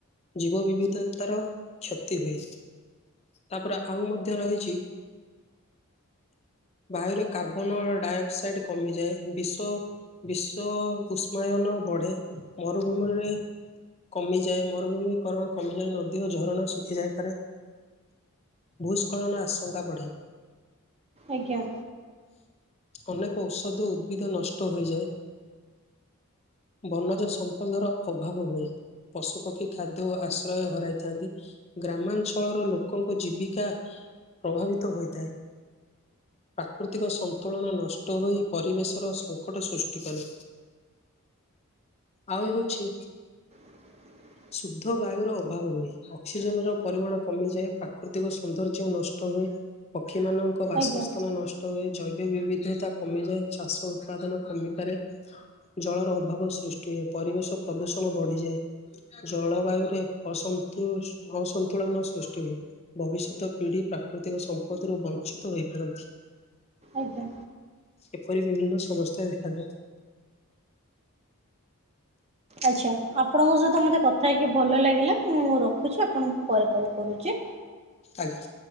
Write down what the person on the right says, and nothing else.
ଆଜ୍ଞା।
<inaudible>
ଆଜ୍ଞା
ଆଜ୍ଞା।
ଆଚ୍ଛା ଆପଣଙ୍କ ସହିତ ମୋତେ କଥା ହେଇକି ଭଲ ଲାଗିଲା ମୁଁ ରଖୁଛି ଆପଣଙ୍କୁ ପରେ କଲ୍ କରୁଛି।